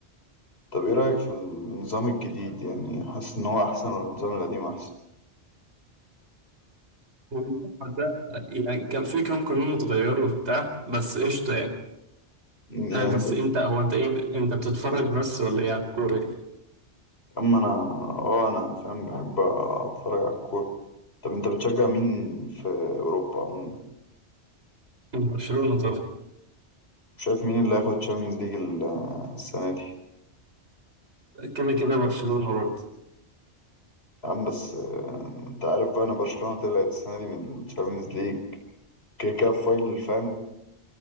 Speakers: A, on the left; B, on the right.
A: طب ايه رأيك في النظام الجديد يعني حاسس ان هو احسن ولا النظام القديم احسن
B: والموضوع ده يعني كان في كام قانون اتغيروا وبتاع بس قشطه يعني
A: يعني
B: فاهم
A: انت
B: بس انت هو انت ايه انت بتتفرج بس ولا ايه على الكوره
A: اما انا اه انا فاهم بحب اتفرج على الكورة طب انت بتشجع مين في اوروبا عموما
B: برشلونه طبعا
A: وشايف مين اللي هياخد تشامبيونز ليج السنة دي
B: كده كده برشلونة برضه
A: يا عم بس آه، انت عارف بقى انا برشلونة طلعت السنة دي من الشامبيونز ليج كده كده في فاينل فاهم